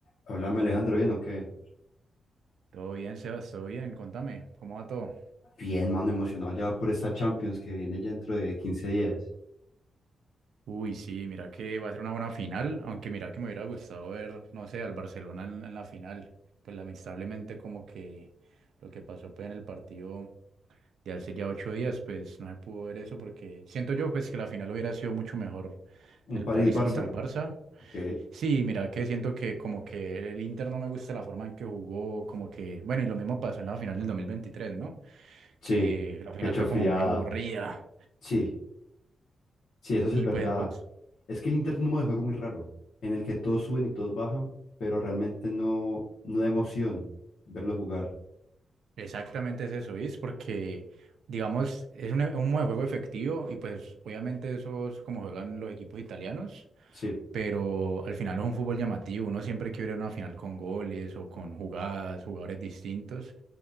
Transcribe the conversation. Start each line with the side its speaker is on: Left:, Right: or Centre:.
Left: Háblame Alejandro, bien o qué?
Right: Todo bien, Sebas, todo bien, contame, ¿cómo va todo?
Left: Bien, mano, emocionado ya por esta Champions que viene ya dentro de 15 días.
Right: Uy, sí, mira que va a ser una buena final, aunque mira que me hubiera gustado ver, no sé, al Barcelona en, en la final. Pues lamentablemente como que lo que pasó pues en el partido de hace ya ocho días, pues no se pudo ver eso porque siento yo pues que la final hubiera sido mucho mejor
Left: ¿Un
Right: el
Left: París-Barça?
Right: París contra el Barça.
Left: Ok.
Right: Sí, mira que siento que como que el Inter no me gusta la forma en que jugó, como que, bueno, y lo mismo pasó en la final del 2023, ¿no?
Left: Sí.
Right: Que la final
Left: Pecho
Right: fue
Left: friada.
Right: como muy aburrida.
Left: Sí. Sí, eso sí
Right: Y
Left: es verdad.
Right: pues vos,
Left: Es que el Inter tiene un modo de juego muy raro, en el que todos suben y todos bajan, pero realmente no, no da emoción verlo jugar.
Right: Exactamente es eso, es porque, digamos, es un, e- un modo de juego efectivo y pues obviamente eso es como juegan los equipos italianos,
Left: Sí.
Right: pero al final es un fútbol llamativo, uno siempre quiere ver una final con goles o con jugadas, jugadores distintos,